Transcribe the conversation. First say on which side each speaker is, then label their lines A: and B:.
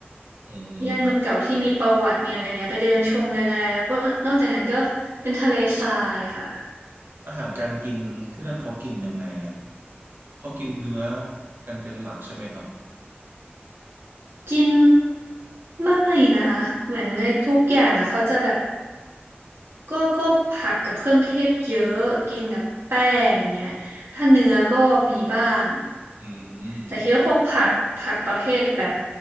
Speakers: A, on the right; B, on the right.
A: อืม
B: ย่านเมืองเก่าที่มีประวัติมีอะไรเงี้ยไปเดินชมเดินอะไรแล้วก็นอกจากนั้นก็เป็นทะเลทรายค่ะ
A: อาหารการกินที่นั่นเขากินยังไงอ่ะเขากินเนื้อกันเป็นหลักใช่ไหมครับ
B: กินไม่นะคะเหมือนในทุกอย่างอ่ะเขาจะแบบก็ก็ผักกับเครื่องเทศเยอะกินกับแป้งเงี้ยถ้าเนื้อก็มีบ้าง
A: อืม
B: แต่คิดว่าพวกผักผักประเภทแบบ